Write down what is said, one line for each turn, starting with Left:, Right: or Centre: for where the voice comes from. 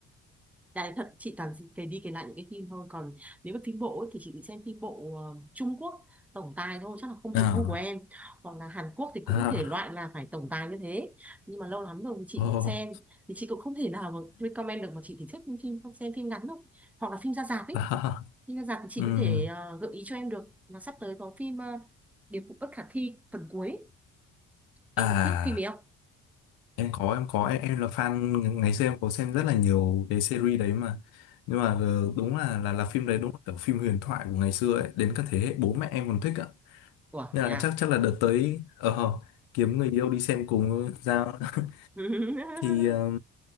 Centre: Đấy, thật chị toàn dị- cái đi kể lại những cái phim thôi còn nếu mà phim bộ ấy, thì chị chỉ xem phim bộ ờ, Trung Quốc tổng tài thôi chắc là không hợp
Left: à
Centre: gu của em hoặc là Hàn Quốc thì cũng
Left: à
Centre: thể loại là phải tổng tài như thế nhưng mà lâu lắm rồi thì chị
Left: <laughs> oh,
Centre: không xem thì chị cũng không thể nào mà recommend được mà chị thì thích phim xem phim ngắn thôi hoặc là phim ra rạp ấy
Left: à,
Centre: phim ra rạp thì chị
Left: ừm,
Centre: có thể ờ, gợi ý cho em được là sắp tới có phim ờ, Điệp vụ bất khả thi phần cuối em
Left: à
Centre: có thích phim ấy không?
Left: em có em có em, em là fan ngày xưa em có xem rất là nhiều cái series đấy mà nhưng mà ờ, đúng là là là phim đấy đúng là kiểu phim huyền thoại của ngày xưa ấy đến các thế hệ bố mẹ em còn thích ạ
Centre: Ủa,
Left: nên
Centre: thế
Left: là
Centre: à?
Left: chắc chắc là đợt tới ờ ờ, kiếm người yêu đi xem cùng Giao <laughs>
Centre: <laughs>
Left: thì ờ,